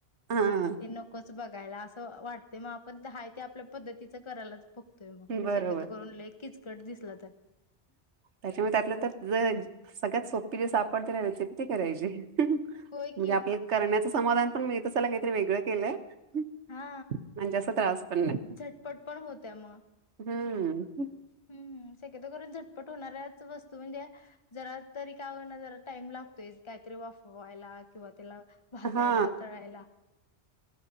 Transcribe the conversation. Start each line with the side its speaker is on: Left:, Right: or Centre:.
Right: हा
Left: हे नको बघायला असं वाटते मग आपण हाय ते आपल्या पद्धतीचं करायलाच बघतोय मग
Right: बरोबर
Left: शक्यतो करून लई किचकट दिसला तर
Right: त्याच्यामुळे त्यातल्या त्यात जर सगळ्यात सोपी रेस आप पण त्याला किती करायचे. हम्म
Left: होय
Right: म्हणजे
Left: की
Right: आपल्याल करण्याचच समाधान तर मिळत असायला काहीतरी वेगळं केलंय. हम
Left: हा
Right: म्हणजे अस त्रास. पण नाही.
Left: झटपट पण होत्या म
Right: हम्म.
Left: हम्म शक्यतो करून झटपट होणाऱ्याच वस्तू म्हणजे जरा तरी काय होईना जरा टाईम लागतोयच काहीतरी वाफवायला किंवा त्याला भाजायला
Right: हा
Left: तळायला.